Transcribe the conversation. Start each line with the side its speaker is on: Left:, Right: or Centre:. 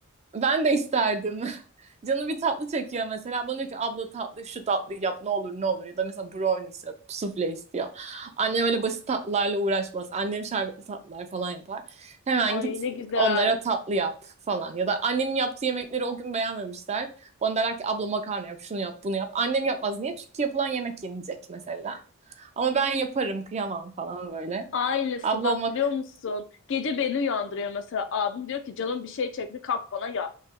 Right: ben de isterdim. <laughs> Canı bir tatlı çekiyor mesela. Bana diyor ki abla tatlı şu tatlı yap ne olur ne olur. Ya da mesela brownie istiyor, sufle istiyor. Annem öyle basit tatlılarla uğraşmaz. Annem şerbetli tatlılar falan yapar. Hemen
Left: ay
Right: git
Left: ne güzel
Right: onlara tatlı yap falan. Ya da annemin yaptığı yemekleri o gün beğenmemişler. Bana derler ki abla makarna yap, şunu yap, bunu yap. Annem yapmaz. Niye? Çünkü yapılan yemek yenecek mesela. Ama ben yaparım, kıyamam falan böyle.
Left: aynısı
Right: Abla
Left: bak
Right: olmak
Left: biliyor musun gece beni uyandırıyor mesela abim diyor ki canım bir şey çekti kalk bana yap